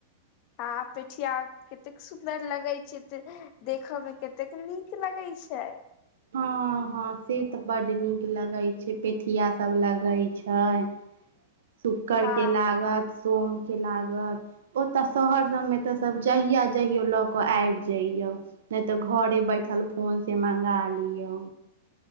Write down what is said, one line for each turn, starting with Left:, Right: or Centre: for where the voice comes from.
Left: आ पेठिया केतेक सुन्दर लगय छैय तऽ देखय मे केतेक नीक लगय छैय।
Right: हँ हँ से तऽ बड नीक लगैय छैय पेठिया सब लगैय छैय। शुकर
Left: हँ
Right: के लागत सोम के लागत ओत शहर सब मे तऽ सब जहिया जइयो लऽ के आबि जइयौ नै तऽ घरे बैठल फोन से मंगा लियौ।